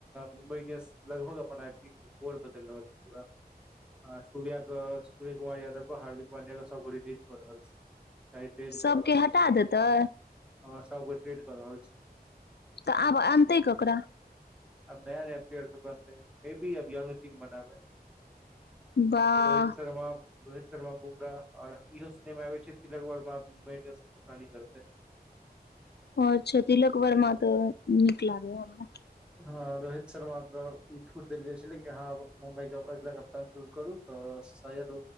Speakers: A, in the centre; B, on the left.
A: मुम्बई इंडियंस लगभग अपन आई पी एल के कोर बदलि रहल छै पूरा आ सूर्या क सूर्य कुमार यादव क हार्दिक पांड्या क सबके रिलीज कऽ रहल छै चाहे ट्रेड
B: सभ
A: कऽ रहल
B: केँ हटा
A: छै
B: देतै
A: हँ सब गौटे ट्रेड कऽ रहल छै
B: तऽ आब अनतै ककरा
A: अब नया नया प्लेयर्स सबके अनतै मेबी अब यंग टीम बनाबै
B: वाह
A: अब रोहित शर्मा रोहित शर्मा बुमराह और इहो सुनैमे आबे छै तिलक वर्मा आब मुम्बई के कप्तानी करतै
B: आ अच्छा तिलक वर्मा तऽ निकलागय या हमरा
A: हँ रोहित शर्मा के ई छूट देल गेल छलै कि अहाँ मुम्बईके अगिला कप्तान चूज करू तऽ शायद